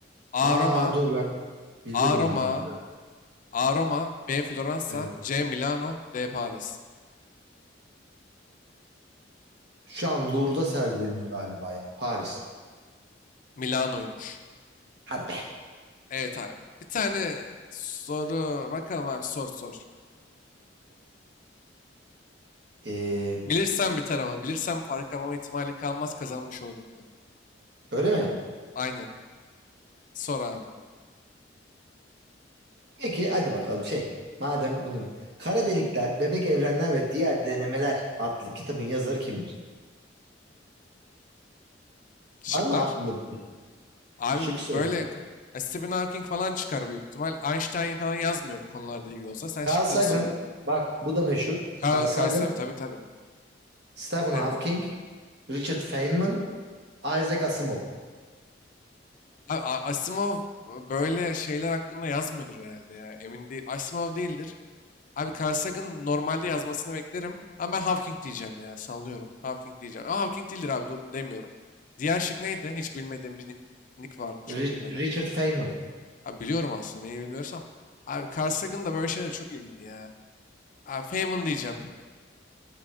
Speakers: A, on the left; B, on the right.
A: A.
B: Aa
A: Roma,
B: dur lan. Biliyordum
A: A. Roma,
B: ben onu.
A: A. Roma, B. Floransa,
B: Evet.
A: C. Milano, D. Paris.
B: Şu an Louvre'da sergileniyor galiba ya. Paris.
A: Milano'ymuş.
B: Hadi be.
A: Evet abi. Bir tane soru bakalım abi sor sor.
B: Ee,
A: Bilirsem biter ama bilirsem fark yapma ihtimalin kalmaz kazanmış olurum bunu.
B: öyle mi?
A: Aynen. Sor abi.
B: Peki hadi bakalım şey. Madem bunu Kara Delikler, Bebek Evrenler ve Diğer Denemeler adlı kitabın yazarı kimdir?
A: Şıklar.
B: Var mı aklında bir fikir?
A: Abi
B: Şık söyleyeyim.
A: böyle ya Stephen Hawking falan çıkar büyük ihtimal. Einstein falan yazmıyor bu konularda ilgili olsa. Sen şıkları
B: Carl Sagan.
A: söyle.
B: Bak bu da meşhur.
A: Carl
B: Carl Sagan,
A: Carl tabii tabii.
B: Stephen
A: Evet.
B: Hawking, Richard Feynman, Isaac Asimov.
A: Abi, A- Asimov e, böyle şeyler hakkında yazmıyordur herhalde ya. Emin değil. Asimov değildir. Abi Carl Sagan'ın normalde yazmasını beklerim. Ama ben Hawking diyeceğim ya. Sallıyorum. Hawking diyeceğim. Ama Hawking değildir abi. Dur demiyorum. Diğer şık neydi? Hiç bilmediğim bir nick nick vardı. Çok
B: Ri-
A: bilmeden.
B: Richard Feynman.
A: Abi biliyorum aslında. Neyi bilmiyorsam. Abi Carl Sagan da böyle şeylere çok ilgili ya. Abi Feynman diyeceğim.